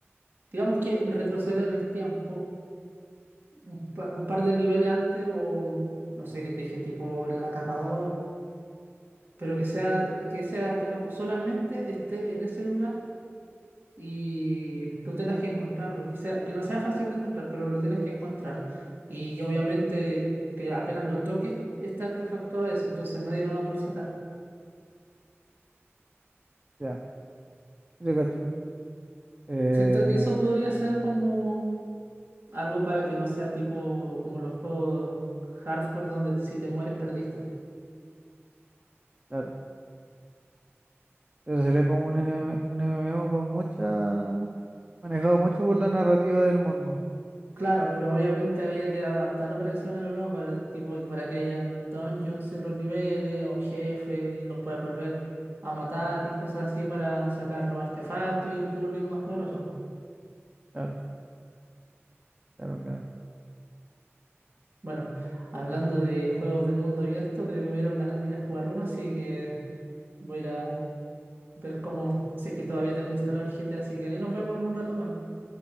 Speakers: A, on the right (about 50°); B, on the right (about 25°).
A: digamos que retroceder en el tiempo, un, pa- un par de niveles antes, o no sé qué te dije, tipo la capa 2, pero que sea, que ese artefacto solamente esté en ese lugar y tú tengas que encontrarlo, que sea, que no sea fácil de encontrar, pero lo tienes que encontrar. Y que obviamente que apenas lo toques, este artefacto es eso, entonces nadie lo va a poder sacar.
B: Ya, te cacho. Eh,
A: Siento que eso podría ser como algo para que no sea tipo como los juegos hardcore donde si te mueres perdiste.
B: claro, eso sería como un NM un MMO con mucha, manejado mucho por la narrativa del mundo.
A: Claro, pero obviamente había que adaptarlo para que sea un MMO, para, tipo, para que hayan dungeons en los niveles o jefes y los puedas volver a matar y cosas así para sacar los artefactos y irte volviendo más poderoso.
B: Claro, claro, claro.
A: Bueno, hablando de juegos de mundo abierto, creo que me dieron ganas de ir a jugar uno, así que voy a ir a ver cómo, si es que todavía tengo instalado el GTA, así que ahí nos vemos en un rato más.